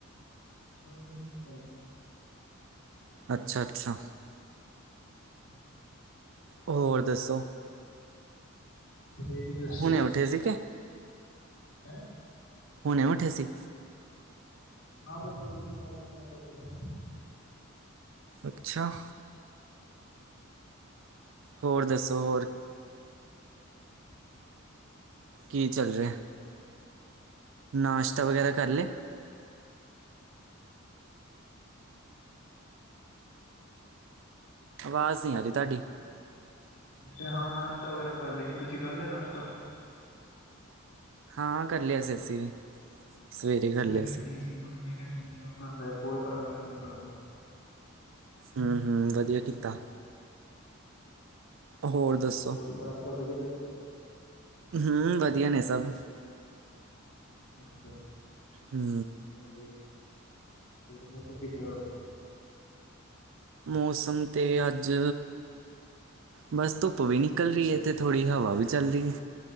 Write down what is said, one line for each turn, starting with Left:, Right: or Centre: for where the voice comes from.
Left: <unintelligible> ਮਨ ਕਾਰਕੇ
Right: ਅੱਛਾ-ਅੱਛਾ
Left: <inaudible>
Right: ਹੋਰ ਦੱਸੋ
Left: ਰੇਵੀ ਅਸੋ,
Right: ਹੁਣੇ ਉੱਠੇ ਸੀ ਕਿ
Left: ੲੈ
Right: ਹੁਣੇ ਉਠੇ ਸੀ
Left: ਆ, ਬਸ ਥੋੜੀ ਦੇਰ ਪੈ ਜਾ, ਮੈ ਫੇਰ ਚਲੋ।
Right: ਅੱਛਾ ਹੋਰ ਦੱਸੋ ਹੋਰ
Left: <inaudible>
Right: ਕੀ ਚਲ ਰੇਐ ਨਾਸ਼ਤਾ ਵਗੈਰਾ ਕੱਰ ਲੇਆ ਅਵਾਜ਼ ਨੀ ਆ ਰੀ ਤਾਡੀ
Left: ਅਛਾ ਹਾਂ ਨਾਸ਼ਤਾ ਵਗੈਰਾ ਕੱਰ ਲਏ ਹੀ, ਤੁਸੀ ਕੱਰ ਲੇਆ ਨਾਸ਼ਤਾ?
Right: ਹਾਂ ਕਰ ਲੇਆ ਅਸੀ, ਸਵੇਰੇ ਕਰ ਲੇਆ
Left: ਮੈਂ ਵੀ
Right: ਸੀ
Left: ਫ੍ਰੀ ਹੁਣ ਮੈਂ ਕੇਆ ਚਲ ਚਾ ਬਦੇ ਕੋਲ ਕੱਰ ਲੈਣੇ ਭਰਾ ਨੂੰ
Right: ਹੂੰ-ਹੂੰ ਵਧੀਆ ਕੀਤਾ ਹੋਰ ਦੱਸੋ
Left: ਹੋਰ ਘੱਰ ਸਭ ਵਧੀਆ ਤਵਾਡੇ
Right: ਹੂੰ ਵਧੀਆ ਨੇ ਸਭ
Left: ਅਛਾ-ਅਛਾ
Right: ਹੂੰ
Left: ਵਧੀਆ ਯੀ, ਹੋਰ ਮੌਸਮ ਕਿੱਦਾਂ ਦਾ ਓਥੇ
Right: ਮੌਸਮ ਤੇ ਅੱਜ ਬਸ ਤੁਪ ਵੀ ਨਿਕਲ ਰੀ ਏ ਤੇ ਥੋੜੀ ਹਵਾ ਵੀ ਚੱਲ ਰੀ ਏ